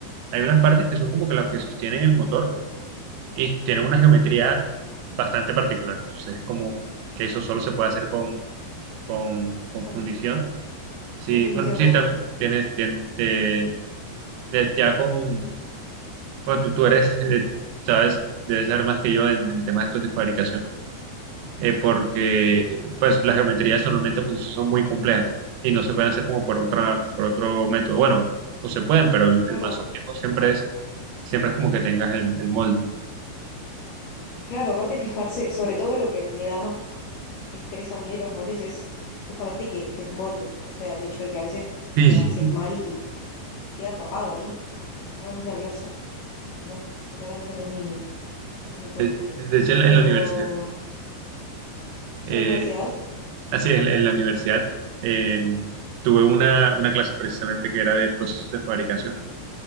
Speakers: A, on the right (about 75°); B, on the left (about 80°).
A: hay unas partes que son como que las que sostienen el motor y tienen
B: Sí,
A: una geometría bastante particular, entonces es como que eso solo se puede hacer con, con, con
B: con
A: fundición.
B: inyección.
A: Sí,
B: En fundición,
A: bueno, sí,
B: perdón.
A: también tienes, tien- te- de- ya con, bueno, tú, tú eres, <laughs> eh, sabes, debes saber más que yo en, en temas estos de fabricación, eh, porque
B: Ujú.
A: pues las geometrías normalmente en fundición son muy complejas y no se pueden hacer como por otra, por otro método. Bueno, no se pueden, pero el,
B: Claro.
A: el más óptimo siempre es, siempre es como que tengas el, el molde.
B: Claro, aparte fijarse, sobre todo lo que me da más estrés a mí de los moldes es justamente que desmolden, o sea, el hecho de que a veces lo
A: Sí,
B: haces mal y queda atrapado ahí, me pone muy nerviosa, no es, claramente no es mi, no
A: <laughs>
B: es mi tópico,
A: de hecho en la
B: pero
A: en la universidad. eh,
B: en la universidad,
A: Así es, en, en la universidad eh, tuve una, una clase precisamente que era de procesos de fabricación